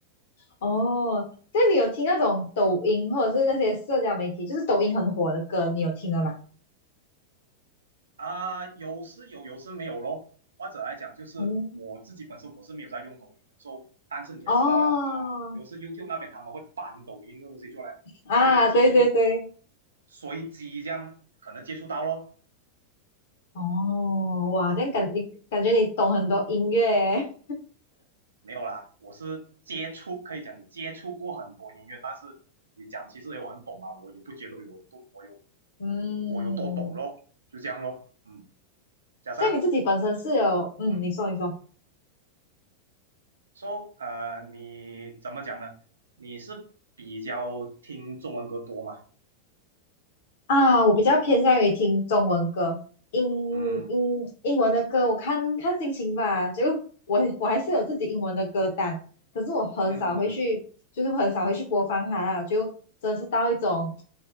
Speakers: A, on the left (about 55°); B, on the right (about 70°).
A: 哦，这里有听那种抖音或者是那些社交媒体，就是抖音很火的歌，你有听了吗？
B: 啊，有时有，有时没有咯。或者来讲，就是我自己本身我是没有在用抖音的，
A: 嗯，
B: 所以但是你也知道啦啊，
A: 哦，
B: 有时 YouTube 那边他们会搬抖音的东西出来，
A: 啊，
B: 所以有时就
A: 对对对，
B: 随机这样可能接触到咯。
A: 哦，哇，这样感你感觉你懂很多音乐耶
B: 没有啦，我是接触，可以讲你接触过很多音乐，但是你讲其实我很懂嘛，我也不觉得我有多我有
A: <laughs> 嗯，
B: 我有多懂咯，就这样咯。嗯，加上
A: 像你自己本身是有，嗯，
B: 嗯，
A: 你说你说。
B: 说呃，你怎么讲呢？你是比较听中文歌多吗？
A: 啊，我比较偏向于听中文歌，英
B: 嗯
A: 英英文的歌，我看看心情吧。就 <laughs> 我我还是有自己英文的歌单，可是我很少会去，
B: 嗯嗯嗯，
A: 就是很少会去播放它啦。就真的是到一种